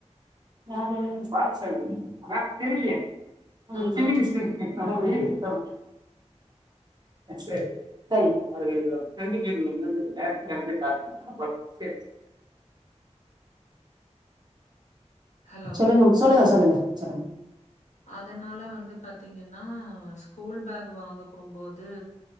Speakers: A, on the right; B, on the left.
A: யாரு <unintelligible>
B: அப்ப வந்து
A: <unintelligible>
B: ஹலோ!
A: சொல்லுங்கம் சொல்லுங்க சொல்லுங்க சொல்லுங்க
B: அதனால வந்து பாத்தீங்கன்னா ஸ்கூல் பேக் வாங்க போம்போது